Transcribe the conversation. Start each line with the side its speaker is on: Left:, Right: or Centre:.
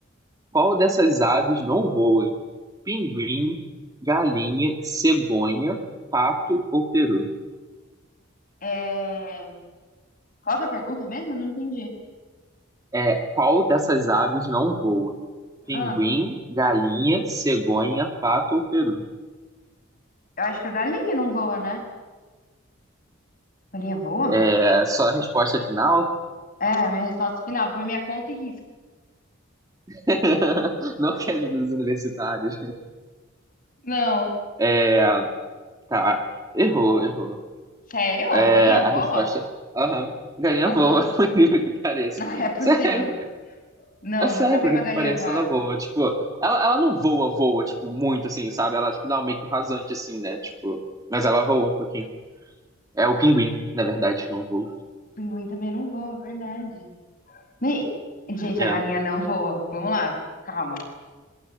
Right: Qual dessas aves não voa? Pinguim, galinha, cegonha, pato ou peru?
Left: É... Qual que é a pergunta mesmo? Não entendi.
Right: É, qual dessas aves não voa? Pinguim,
Left: Ah,
Right: galinha, cegonha, pato ou peru?
Left: eu acho que a galinha não voa, né? Galinha voa?
Right: É só a resposta final?
Left: É, a minha resposta final, por minha conta e risco.
Right: <laughs> Não quer ajudar os universitários.
Left: Não.
Right: É, tá. Errou, errou.
Left: Sério? A
Right: É,
Left: galinha
Right: a
Left: voa?
Right: resposta. Aham. Galinha
Left: Tá
Right: voa,
Left: zoando.
Right: <laughs> por incrível que pareça.
Left: <laughs> Não, é possível.
Right: Sério.
Left: Não,
Right: É
Left: eu
Right: sério,
Left: nunca vi
Right: porque
Left: uma galinha
Right: parece
Left: voar.
Right: ela voa, tipo, ela, ela não voa, voa, tipo, muito assim, sabe? Ela, tipo, dá um meio que um rasante, assim, né? Tipo, mas ela voa um pouquinho. É o pinguim, na verdade, que não voa.
Left: Pinguim também não voa, verdade. Me- Gente,
Right: É.
Left: a galinha não voa. Vamos lá, calma.